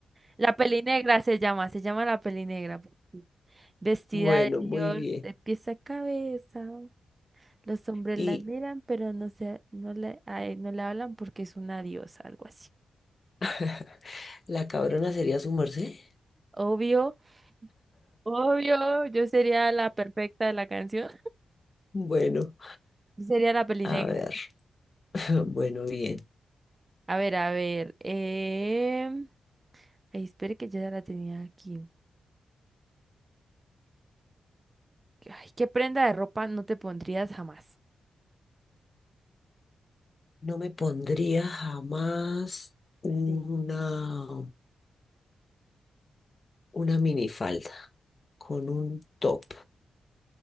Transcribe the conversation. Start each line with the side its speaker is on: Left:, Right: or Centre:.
Right: La peli negra se llama, se llama la peli negra, vestida
Left: Bueno,
Right: de Dior
Left: muy bien.
Right: de pies a cabeza. Los hombres
Left: ¿Y
Right: la miran, pero no se, no le, a él no le hablan porque es una diosa, algo así.
Left: <laughs> la cabrona sería su merced?
Right: Obvio, obvio, yo sería la perfecta de la canción.
Left: Bueno,
Right: Yo sería la pelinegra.
Left: a ver. <laughs> Bueno, bien.
Right: A ver, a ver. Eh... Ay, espere que yo ya la tenía aquí. Ay, ¿qué prenda de ropa no te pondrías jamás?
Left: No me pondría jamás una,
Right: Sí.
Left: una minifalda con un top,